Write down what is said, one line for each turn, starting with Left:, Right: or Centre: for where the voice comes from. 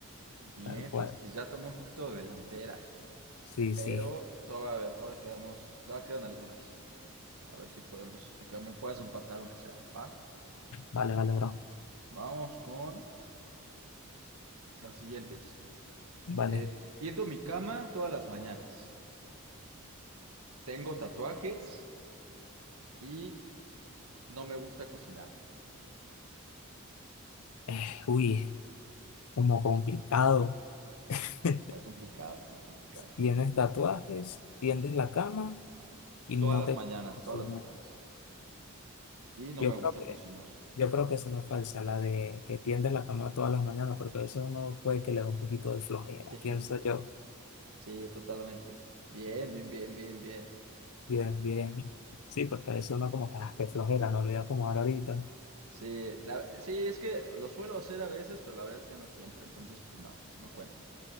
Right: Bien,
Left: Tal
Right: entonces,
Left: cual.
Right: pues ya tomé un poquito de delantera,
Left: Sí,
Right: pero
Left: sí.
Right: todavía, a ver, todavía quedamos, todavía quedan algunas. A ver si podemos, aunque me puedas empatar, aunque sea, ¿va?
Left: Vale, vale, bro.
Right: Vamos con las siguientes.
Left: Vale.
Right: Eh, tiendo mi cama todas las mañanas. Tengo tatuajes y no me gusta cocinar.
Left: Eh, uy, como complicado. <laughs>
Right: Está complicado, está complicado.
Left: Tienes tatuajes, tiendes la cama y
Right: Todas
Left: no
Right: las
Left: te
Right: mañanas,
Left: gusta cocinar.
Right: todas las mañanas. Y no
Left: Yo
Right: me gusta
Left: creo que,
Right: cocinar.
Left: yo creo que esa es la falsa, la de que tiendes la cama todas las mañanas, porque a veces uno puede que le da un poquito de flojera,
Right: <laughs>
Left: pienso yo.
Right: Sí, totalmente. Bien, bien, bien, bien, bien.
Left: Bien, bien. Sí, porque a veces uno como que, "Ah, qué flojera, no lo voy a acomodar ahorita.
Right: Sí, la- sí, es que lo suelo hacer a veces, pero la verdad es que no siempre. Entonces, pues no, no cuenta.